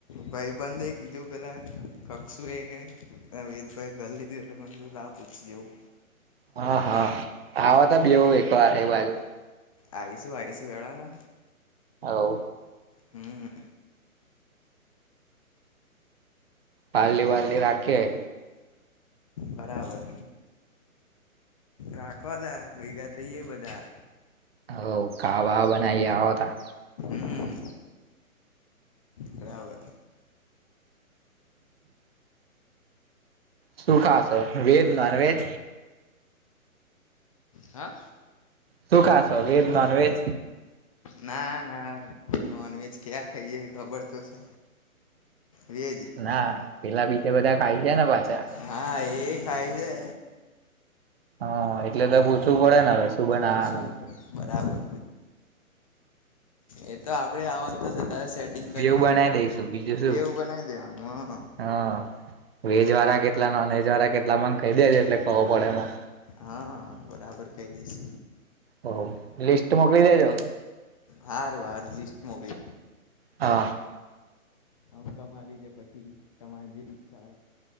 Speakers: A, on the left; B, on the right.
A: ભાઈ બે કીધું પેલા કક્ષું એ વેદભાએ ધર લીધું એટલેું લા પૂછીવું
B: હા હા હ તો બવું એક વાર એ બાજુ
A: આયસું આયસ હેળેને
B: આવ.
A: હુમ.
B: પાલડી વાલડી રાખીએ
A: બરાબર. રાખવા તા ભેગા થઇ જાય બધા
B: હવ ખાવા બનાવીએ આવતા
A: હમ બરાબર.
B: સુું ખાછો વેજ નોન વેજ?
A: હા.
B: સુખા સે છ વેજ નોન વજ?
A: ના ના નોન વજ ક્યાં ખાઈએ ખબર તો છે. વેજ
B: ના પેલા બીજા બધા ખાય છે ને પાસા
A: હા એ ખાય છે.
B: હા એટલે તો પૂછવું પડે ને હવે શું બાનાવાનુ.
A: પૂછું બરાબર એ તો આપડે આવવાનું તો જ ત સેટિંગ કરીને
B: બેવ બનાવી દઈશું બીજું શું
A: બેવું બનાવી દેમાં
B: હા વેજ વાળા કેટલા નોન વેજ વાળા કેટલા મ કહી દેજ એટલે કવું પડે એમાં
A: હા બરાબર કહી દઈશ.
B: હ લિસ્ટ મોકલી દેજો.
A: હારું હારું લિસ્ટ મોકલી
B: હા.
A: આમ તમારી જે પછી તમારી જે ઈચ્છા